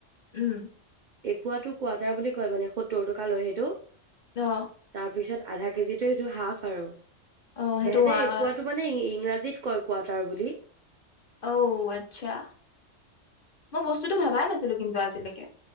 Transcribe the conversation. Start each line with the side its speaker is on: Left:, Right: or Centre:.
Left: উম
Right: এপোৱাটো কোৱাটাৰ বুলি কয়। মানে সত্তৰটকা লয় সেইটো
Left: অ
Right: তাৰপিছত আধা কেজিতো এইটো হাফ আৰু সিহেঁতে
Left: অ সেইটো ৱা-
Right: পোৱাতটো মানে ইংৰাজী জিত কয় কোৱাত তাৰ বুলি
Left: অঔ আচ্ছা মই বস্তুতটো ভবাই নাছিলো কিন্তু আদিলৈকে